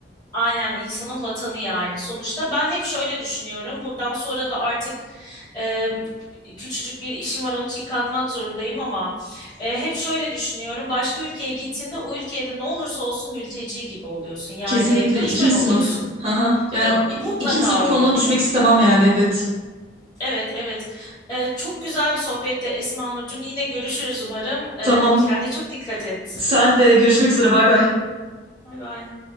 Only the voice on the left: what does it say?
Aynen insanın vatanı yani. Sonuçta ben hep şöyle düşünüyorum. Buradan sonra da artık e, küçücük bir işim var onun için kalkmak zorundayım ama e, hep şöyle düşünüyorum. Başka ülkeye gittiğinde o ülkede ne olursa olsun mülteci gibi oluyorsun. Yani
göçmen
oluyorsun.
E,
mutlaka
öyle oluyor.
Evet, evet. E, çok güzel bir sohbette Esma Nurcuğum. Yine görüşürüz umarım. E,
kendine çok dikkat et.
Bay bay.